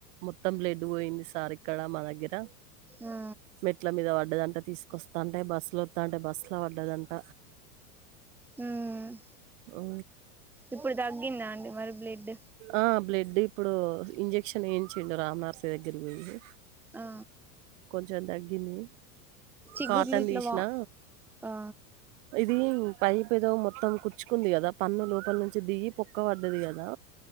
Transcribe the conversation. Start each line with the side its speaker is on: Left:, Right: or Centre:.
Right: మొత్తం బ్లడ్ పోయింది సార్ ఇక్కడ మా దగ్గర
Centre: ఆ
Right: మెట్ల మీద పడ్డదంట తీసుకొస్తంటే బస్సుల వస్తాంటే బస్సులో వడ్డదంట
Centre: ఉమ్
Right: ఆ
Centre: ఇప్పుడు తగ్గిందా అండి మరి బ్లడ్
Right: ఆ బ్లడ్ ఇప్పుడు ఇంజక్షన్ ఏయించిండు రామనర్సయ్య దగ్గరకి పోయి
Centre: ఆ
Right: కొంచెం తగ్గింది
Centre: చిగుర్లు
Right: కాటన్
Centre: ఇట్లా
Right: తీసినా
Centre: వా ఆ
Right: ఇది పైప్ ఏదో మొత్తం కుచ్చుకుంది కదా పన్ను లోపల నుంచి దిగి పొక్క పడ్డది కదా